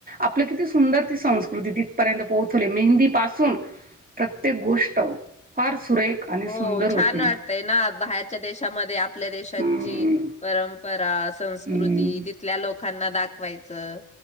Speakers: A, on the right (about 25°); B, on the left (about 20°).
A: आपलं किती सुंदर ती संस्कृती तिथपर्यंत पोहोचवली मेहंदी पासून प्रत्येक गोष्ट फार सुरेख आणि
B: हो
A: सुंदर होती.
B: छान वाटतय ना बाहेरच्या देशामध्ये आप आपल्या देशाची
A: हम्म
B: परंपरा
A: हम्म
B: कृती तिथल्या लोकांना दाखवायचं